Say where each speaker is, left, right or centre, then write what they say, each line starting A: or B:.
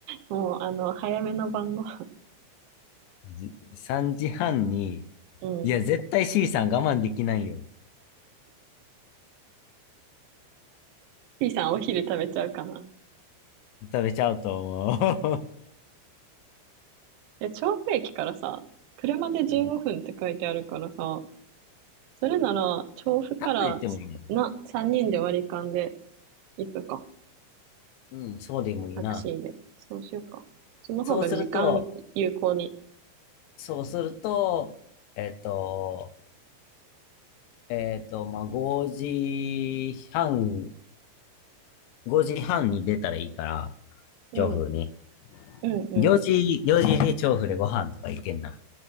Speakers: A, on the right; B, on the left.
A: もうあの、早めの晩ご飯。
B: じ3時半に、
A: うん。
B: いや、絶対 C さん我慢できないよ。
A: T さんお昼食べちゃうかな。
B: 食べちゃうと思う。
A: いや、調布駅からさ、車で15分って書いてあるからさ、
B: <laughs>
A: それなら、調布からさな、
B: タップで言ってもいいね。
A: 3人で割り勘で行くか。
B: うん、そうでもいいな。
A: タクシーで。そうしようか。その方が時間有効に。
B: そうすると、そうすると、えっと、えっと、まあ、5時半、5時半に出たらいいから、
A: うん、
B: 調布に。
A: うん、うん。
B: 4時、4時に調布でご飯とか行けんな。